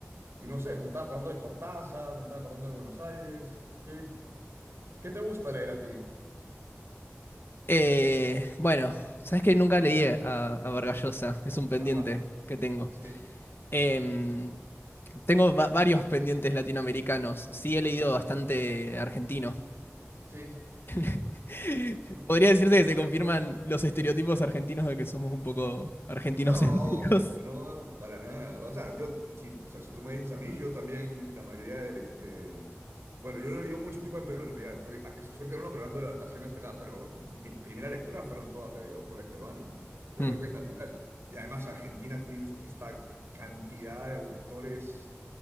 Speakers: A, on the right; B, on the left.
A: Y no sé, me estaba acordando de Cortázar, me estaba acordando de Buenos Aires. ¿Qué, qué te gusta leer a ti?
B: Eh, bueno, sabes que nunca leí a, a Vargallosa, es un pendiente
A: Ajá,
B: que tengo.
A: Sí,
B: Em, tengo va- varios pendientes latinoamericanos, sí he
A: ajá.
B: leído bastante argentino.
A: sí.
B: <laughs>
A: Por
B: Podría decirte que se confirman
A: ejemplo,
B: los estereotipos argentinos de que somos un poco argentinocéntricos.
A: No, no, para nada. O sea, yo, sí, o sea, si tú me dices a mí, yo también, la mayoría de, de- Bueno, yo no vivo mucho tiempo en Perú, en realidad. Estoy, ah, soy peruano, pero ando de vacaciones acá. Pero mis primeras lecturas fueron todas de autores peruanos, ¿no? Yo
B: Mm.
A: creo que es natural. Y además, Argentina tiene esta cantidad de autores